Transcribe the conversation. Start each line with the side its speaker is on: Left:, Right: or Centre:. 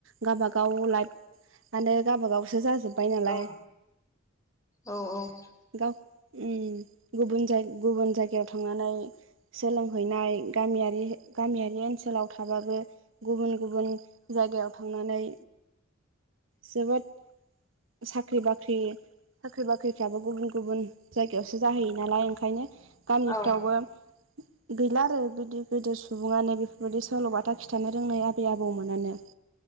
Right: गावबागाव लाइफआनो गावाबागावसो जाजोब जोबबाय नालाय
Left: औ औ
Right: गाव उम गुबुन जाय गुबुन जायगायाव थांनानै सोलोंहैनाय गामियारि गामियारि ओनसोलाव थाबाबो गुबुन गुबुन जायगायाव थांनानै जोबोद साख्रि बाख्रि साख्रि बाख्रिफ्राबो गुबुन गुबुन जायगायावसो जाहैयो नालाय ओंखायनो गामिफ्रावबो
Left: औ
Right: गैला आरो गदिर गिदिर सु सुबुङानो बेफोरबायदि सल'बाथा खिथानो रोंनाय आबै आबौमोनानो